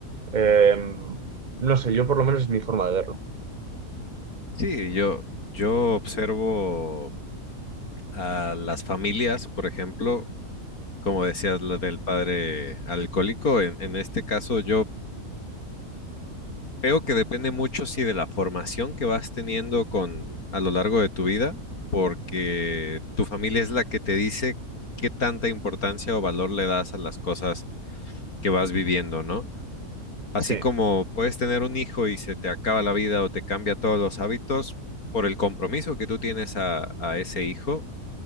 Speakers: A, on the right; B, on the left.
A: em, no sé, yo por lo menos es mi forma de verlo.
B: Sí, yo, yo observo a las familias, por ejemplo, como decías, lo del padre alcohólico. En, en este caso, yo Creo que depende mucho, sí, de la formación que vas teniendo con a lo largo de tu vida, porque tu familia es la que te dice qué tanta importancia o valor le das a las cosas que vas viviendo, ¿no? Así
A: Sí.
B: como puedes tener un hijo y se te acaba la vida o te cambia todos los hábitos por el compromiso que tú tienes a, a ese hijo,